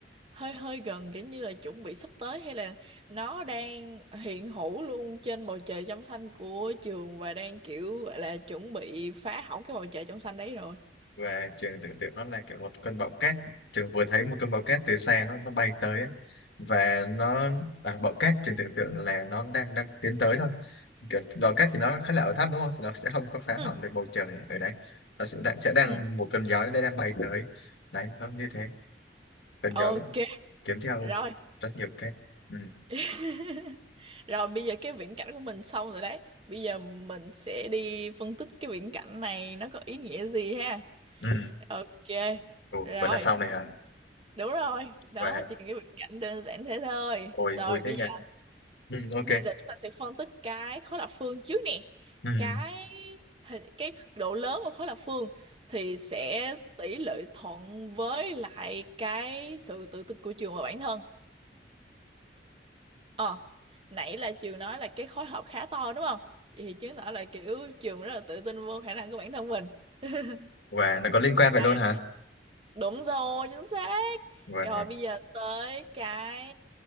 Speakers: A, on the right; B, on the left.
A: hơi hơi gần kiểu như là chuẩn bị sắp tới hay là nó đang hiện hữu luôn trên bầu trời trong xanh của trường và đang kiểu gọi là chuẩn bị phá hỏng cái bầu trời trong xanh đấy rồi.
B: và trường tưởng tượng nó là kiểu một cơn bão cát trường vừa thấy một cơn bão cát từ xa nó nó bay tới ấy. và nó à, bão cát trường tưởng tượng là nó đang đang tiến tới thôi kiểu bão cát thì nó khá là ở thấp đúng không thì nó sẽ không có phá
A: ừ
B: hỏng được bầu trời ở đấy nó sẽ đang sẽ đang
A: ừ
B: một cơn gió nó đang bay tới đấy nó như thế cơn gió
A: Ok,
B: kiếm theo
A: rồi
B: rất nhiều cát ừ.
A: <laughs> Rồi bây giờ cái viễn cảnh của mình xong rồi đấy. Bây giờ mình sẽ đi phân tích cái viễn cảnh này nó có ý nghĩa gì ha.
B: Ừ.
A: Ok.
B: Ừ.
A: Rồi.
B: vậy là sau này hả
A: Đúng rồi. Đó,
B: và
A: chỉ cần cái viễn cảnh đơn giản thế thôi.
B: ôi
A: Rồi
B: vui
A: bây
B: thế nhỉ
A: giờ
B: ừ, ok
A: bây giờ chúng ta sẽ phân tích cái khối lập phương trước nè.
B: ừ.
A: Cái hình- cái độ lớn của khối lập phương thì sẽ tỷ lệ thuận với lại cái sự tự tin của trường và bản thân. Ờ, nãy là Trường nói là cái khối học khá to đúng không? Vậy thì chứng tỏ là kiểu Trường rất là tự tin vô khả năng của bản thân mình. <laughs>
B: và nó có liên quan vậy
A: À,
B: luôn hả
A: Đúng rồi, chính xác.
B: và
A: Rồi bây giờ tới cái